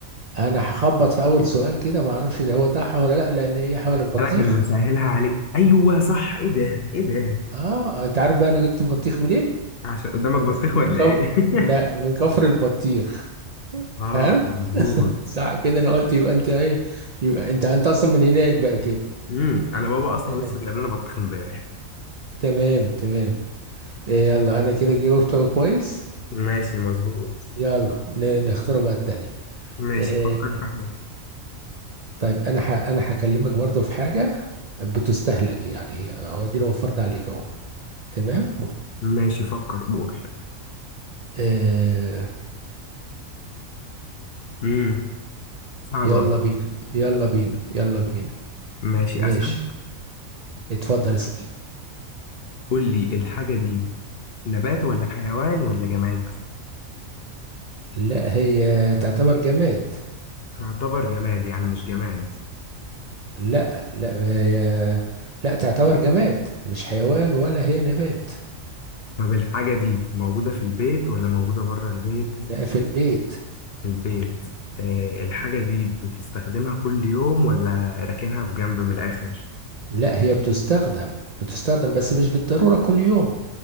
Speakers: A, on the right; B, on the left.
A: انا هخبط في اول سؤال كده ما اعرفش ده هو صح ولا لا لان هي حوالك بطيخ
B: قالك أنا بسهلها عليك أيوة صح إيه ده إيه ده
A: اه انت عارف بقى انا جبت البطيخ منين
B: عشان قدامك
A: من
B: بطيخ
A: ك-
B: ولا
A: من كف...
B: إيه؟ <laughs>
A: لا من كفر البطيخ
B: آه
A: فهمت
B: مظبوط
A: صح كده انا قلت يبقى انت ايه يبقى انت انت اصلا من هناك بقى كده
B: امم أنا بابا أصلا
A: تمام
B: لسه جايب لنا بطيخ إمبارح
A: تمام تمام إيه يلا انا كده جاوبت كويس
B: ماشي مظبوط
A: يلا ن- نختار بقى التانية
B: ماشي
A: إيه،
B: فكر في حاجة
A: طيب انا ح... انا هكلمك برضو في حاجه بتستهلك يعني هو دي أنا وفرت عليك اهو تمام
B: ماشي فكر قول
A: آه...
B: امم صعبة
A: يلا
B: أوي.
A: بينا يلا بينا يلا بينا
B: ماشي
A: ماشي
B: أسأل
A: اتفضل اسأل
B: قول لي الحاجة دي نبات ولا حيوان ولا جماد؟
A: لا هي تعتبر جماد
B: تعتبر جماد يعني مش جماد
A: لا لا هي... لا تعتبر جماد مش حيوان ولا هي نبات
B: طب الحاجة دي موجودة في البيت ولا موجودة بره البيت؟
A: لا في البيت
B: في البيت آه الحاجة دي بتستخدمها كل يوم ولا راكنها في جنب من الآخر؟
A: لا هي بتستخدم بتستخدم بس مش بالضرورة كل يوم